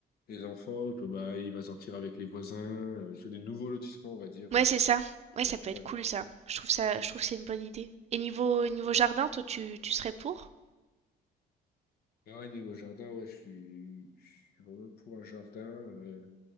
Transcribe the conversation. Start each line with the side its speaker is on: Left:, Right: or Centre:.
Left: les enfants, que, bah, il va sortir avec les voisins, euh, tu vois, des nouveaux lotissements, on va dire.
Right: Ouais,
Left: hein.
Right: c'est ça. Ouais,
Left: Ça
Right: ça
Left: va être
Right: peut
Left: pas mal.
Right: être cool, ça. Je trouve ça, je trouve que c'est une bonne idée. Et niveau, niveau jardin, toi, tu, tu serais pour?
Left: Mais ouais, niveau jardin, ouais, je suis, je suis vraiment pour un jardin. euh,